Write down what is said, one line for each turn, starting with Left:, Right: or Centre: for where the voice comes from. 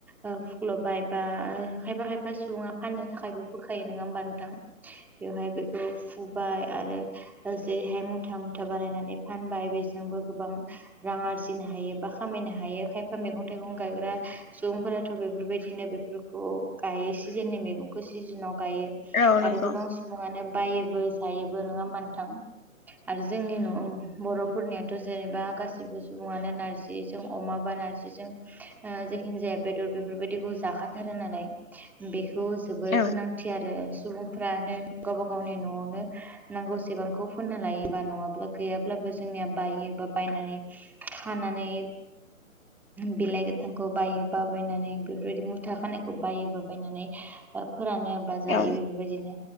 Centre: फुख्ल'बाय बा खायफा खायफा सुबुङा फाननो थाखायबो बोखायो नङा होमबा नोंथां? बेवहाय बेखौ फुबाय आरो जेरैहाय मुथा मुथा बानायनानै फानबाय बेजोंबो गोबां रां आरजिनो हायो बा खामायनो हायो। खायफा मैगं थाइगं गायग्रा सुबुंफोराथ' बेफोरबायदिनो बेफोरखौ गायो सिजेननि मैगं सिजोनाव गायो
Left: औ नंगौ
Centre: आरो गोबां सुबुङनो बायोबो जायोबो नङा होमबा नोंथां? आरो जोंनि न' बर'फोरनियाथ' जेनेबा गासिबो सुबुङानो नारजिजों अमा बा नारजिजों जेखिनि जाया बेदर बेफोरबायदिखौ जाखाथारो नालाय बेखौ जोबोर
Left: औ
Centre: गोनांथि आरो सुबुंफ्रानो गावबा गावनि न'आवनो नांगौसेबांखौ फुनना लायोबा नङाब्ला गैयाब्लाबो जोंनिया बायो बा बायनानै खानानै बिलाइ गोथांखौ बायो बा बायनानै बेफोरबायदि मु फिथा खानायखौ बायो बा बायनानै फोरानो बा जायो
Left: औ
Centre: बेफोरबायदिनो